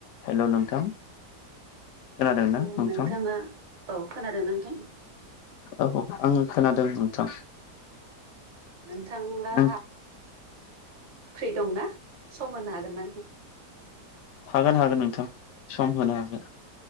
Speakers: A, on the left; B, on the right.
A: हेल नोंथां। खोनादों ना
B: औ
A: नोंथां
B: नोंथाङा औ खोनादों नोंथां।
A: औ आङो खोनादों नोंथां।
B: नों थांआ
A: नों
B: फ्रि दंना सम होनो हागोना नोंथां?
A: हागोन हागोन नोंथां सम होनो हागोन